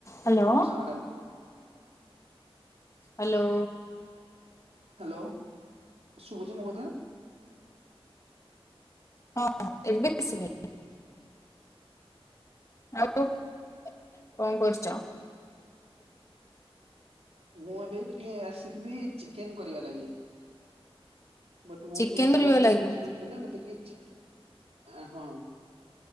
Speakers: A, on the left; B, on the right.
A: Hello.
B: ନସ୍କାର madam.
A: Hello.
B: Hello ଶୁଭୁଚି ମୋ କଥା।
A: ହଁ ଏବେ ଶୁଭିଲା। ଆଉ କଣ କରୁଛ।
B: ମୁଁ ଏବେ ଟିକେ ଆସିଥିଲି ଚିକେନ କରିବା ଲାଗି। ବଟ୍ ମୁଁ
A: ଚିକେନ
B: ଯେହେତୁ
A: କରିବ
B: ଟିକେ
A: ଲାଗି
B: ବ୍ୟାଚଲର ପିଲା ମତେ ଟିକେ ହଁ